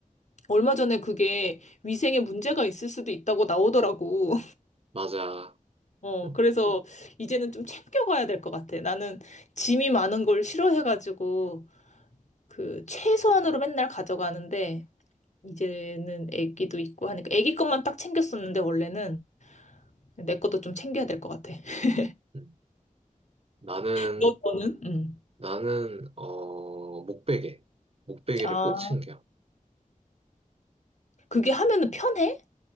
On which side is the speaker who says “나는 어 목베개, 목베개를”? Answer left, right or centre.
Right